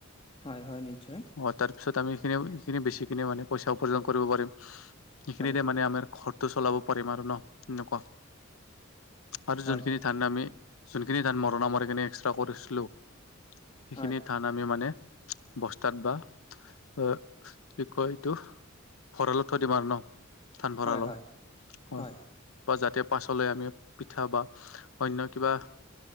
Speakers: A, on the left; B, on the left.
A: হয়, হয়, নিশ্চয়।
B: অ', তাৰ পিছত আমি সখিনি, এইখিনি বেছিকিনে মানে পইচা উপাৰ্জন কৰিব পাৰিম। সেইখিনিৰে
A: হয়,
B: মানে আমাৰ ঘৰটো চলাব পাৰিম আৰু ন, এনেকুৱা আৰু
A: হয়,
B: যোনখিনি ধান আমি, যোন খিনি ধান মৰনা মাৰি কেনে এক্সষ্ট্ৰা কৰিছোলো, সিখিনি
A: হয়,
B: ধান আমি মানে বস্তাত বা এ কি কয় এইটো ভঁৰালত থৈ দিম আৰু ন, ধান ভঁৰালত।
A: হয়, হয়, হয়,
B: বা যাতে পাছলৈ আমি, পিঠা বা অন্য কিবা